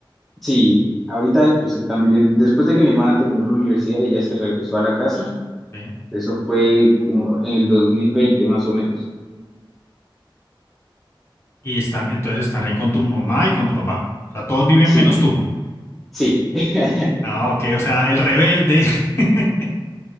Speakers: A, in the centre; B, on the left.
A: Sí, ahorita pues están viviendo, después de que mi hermana terminó la universidad, ella se regresó a la casa.
B: Sí.
A: Eso fue como en el dos mil veinte más o menos.
B: Y están, entonces están ahí con tu mamá y con tu papá. O sea, todos viven
A: Sí,
B: menos tú.
A: sí. <laughs>
B: Ah, ok, o sea, el rebelde. <laughs>